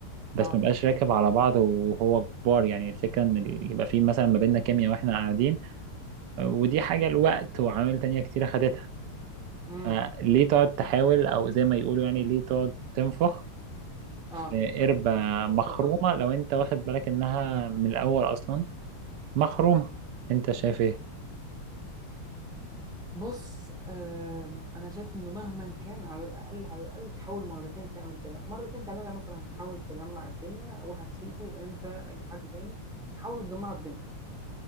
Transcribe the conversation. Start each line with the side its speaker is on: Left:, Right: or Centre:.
Right: بس
Centre: اه
Right: ما بقاش راكب على بعض وهو كبار يعني الفكره ان ال- يبقى في مثلا ما بيننا كيمياء واحنا قاعدين آه، ودي حاجه الوقت وعوامل تانية كتير خدتها
Centre: امم
Right: فليه تقعد تحاول او زي ما يقولوا يعني ليه تقعد تنفخ
Centre: اه
Right: في قربة مخرومة
Centre: قلبة فاضية
Right: لو انت واخد بالك انها من الاول اصلا مخرومة انت شايف ايه
Centre: بص آه انا شايف انه مهما كان على الاقل على الاقل تحاول مرتين تعمل كده مرتين ثلاثة مثلا تحاول تجمع الدنيا واحد فيكو انت اي حد تاني حاولوا تجمعوا الدنيا